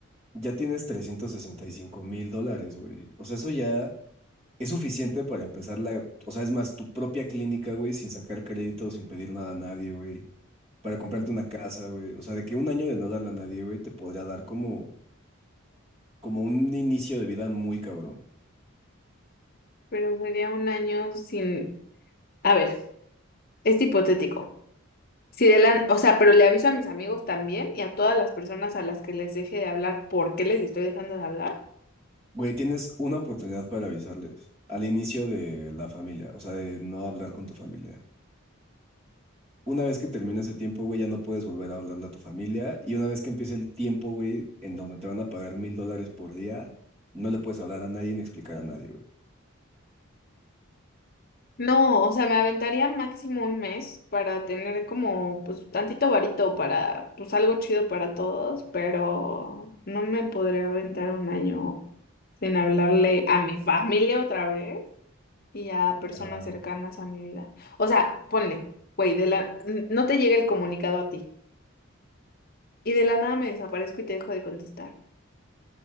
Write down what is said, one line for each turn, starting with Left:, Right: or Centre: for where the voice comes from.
Right: ya tienes trescientos sesenta y cinco mil dólares, güey. O sea, eso ya es suficiente para empezar la, o sea, es más, tu propia clínica, güey, sin sacar crédito, sin pedir nada a nadie, güey. Para comprarte
Left: Ujú.
Right: una casa, güey. O sea, de que un año de no darle a nadie, güey, te podría dar como, como un inicio de vida muy cabrón.
Left: Pero sería un año sin... A ver, es hipotético. Si de la... O sea, pero le aviso a mis amigos también y a todas las personas a las que les deje de hablar, ¿por qué les estoy dejando de hablar?
Right: Güey, tienes una oportunidad para avisarles al inicio de la familia, o sea, de no hablar con tu familia. Una vez que termina ese tiempo, güey, ya no puedes volver a hablarle a tu familia. Y una vez que empiece el tiempo, güey, en donde te van a pagar mil dólares por día, no le puedes hablar a nadie ni explicar a nadie, güey.
Left: No, o sea, me aventaría máximo un mes para tener como, pues, tantito varito para, pues, algo chido para todos, pero no me podría aventar un año sin hablarle a mi familia otra vez y a personas
Right: Ah,
Left: cercanas a mi vida. O sea, ponle, güey, de la, n- no te llega el comunicado a ti y de la nada me desaparezco y te dejo de contestar.